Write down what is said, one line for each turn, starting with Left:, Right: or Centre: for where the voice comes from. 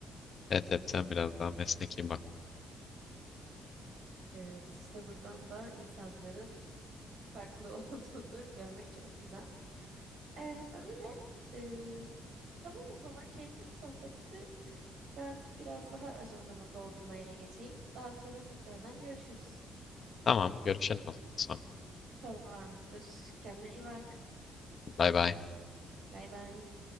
Left: Evet evet sen biraz daha mesleki bak.
Right: Evet işte buradan da insanların farklı <laughs> olduğunu görmek çok güzel. Ee, öyle. Ee, tamam o zaman keyifli bir sohbetti. Ben biraz daha ajandamı doldurmaya geçeyim. Daha sonra tekrardan görüşürüz.
Left: Tamam görüşelim o zaman sonra.
Right: Tamamdır. Kendine iyi bak.
Left: Bay bay.
Right: Bay bay.